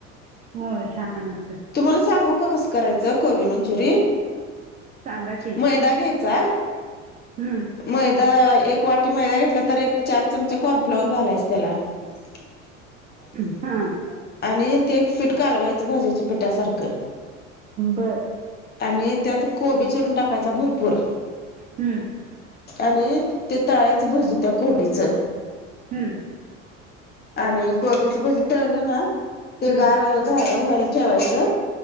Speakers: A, on the right; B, on the left.
A: होय छान होत
B: तुम्हाला सांगू का कसं करायचं कोबी मंचुरियन
A: सांगा की
B: मैदा घ्या जा
A: हम्म
B: मैदा एक वाटी मैदा घेतला तर एक चार चमचे कॉर्नफ्लवर घालायच त्याला <unintelligible>
A: हा
B: <inaudible> आणि ते एक पीठ कालवायचं भाज्याच्या पिठासारखं
A: बरं
B: आणि त्यात कोबी चिरून टाकायचा भरपूर
A: हम्म
B: आणि ते तळायच भजी त्या कोबीचं
A: हम्म
B: आणि कोबीच भजी तळलं ना ते
A: हम्म
B: गार झा वय ठेवायचं